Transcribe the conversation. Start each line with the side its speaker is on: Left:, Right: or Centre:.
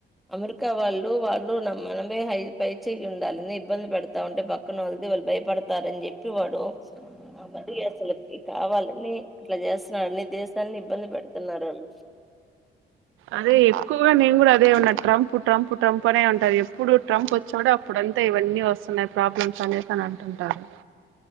Centre: అమెరికా వాళ్ళు వాళ్ళు నా మనమే పై చెయ్యి ఉండాలని ఇబ్బంది పెడతా ఉంటే పక్కన వల్ది వాళ్ళు భయపడతారని చెప్పి వాడు మ అసలకి కావాలని అట్లా చేస్తున్నాడని ఇబ్బంది పెడుతున్నారు వాళ్ళు
Right: అదే ఎక్కువగా నేను కూడా అదే ఉన్నా ట్రంప్ ట్రంప్ ట్రంప్ అనే ఉంటారు ఎప్పుడు ట్రంప్ వచ్చాడు అప్పుడంతా ఇవన్నీ వస్తున్నాయి ప్రాబ్లమ్స్ అనేసి అని అంటుంటారు